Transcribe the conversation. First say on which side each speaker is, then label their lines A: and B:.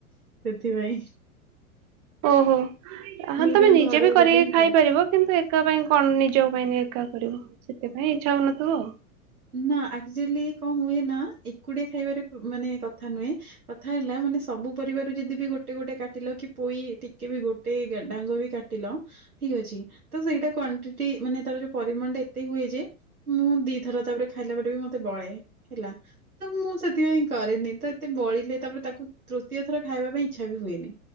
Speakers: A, on the right; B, on the right.
A: ସେଥିପାଇଁ।
B: ଓ ହୋ ହଁ
A: ମୁଁ ସେଥିପାଇଁ
B: ତମେ ନିଜେ
A: ଘରକୁ
B: ବି କରିକି
A: ଗଲେ ହିଁ
B: ଖାଇପାରିବ
A: ଖାଏ।
B: କିନ୍ତୁ ଏକା ପାଇଁ କଣ ନିଜ ପାଇଁ ଏକା କରିବ। ସେଥିପାଇଁ ଇଛା ହଉନଥିବ ଆଉ।
A: ନା ଆକ୍ଚୁଲି କଣ ହୁଏ ନା ଏକୁଟିଆ ଖାଇବାରେ ମାନେ କଥା ନୁହେଁ, କଥା ହେଲା ମାନେ ସବୁ ପରିବାରୁ ଯଦି ବି ଗୋଟେ ଗୋଟେ କାଟିଲ କି ପୋଇ ଟିକେ ବି ଗୋଟେ ଡାଙ୍ଗ ବି କାଟିଲ ଠିକ ଅଛି ତ ସେଇଟା କ୍ଵଣ୍ଟିଟି ମାନେ ତାର ଯୋଉ ପରିମାଣ ଟା ଏତେ ହୁଏ ଯେ ମୁଁ ଦି ଥର ତାପରେ ଖାଇଲା ପରେ ବି ମତେ ବଳେ ହେଲା ତ ମୁଁ ସେଥିପାଇଁ କରେନି। ତ ଏତେ ବଳିଲେ ତାପରେ ତାକୁ ତୃତୀୟ ଥର ଖାଇବା ପାଇଁ ଇଚ୍ଛା ବି ହୁଏନି।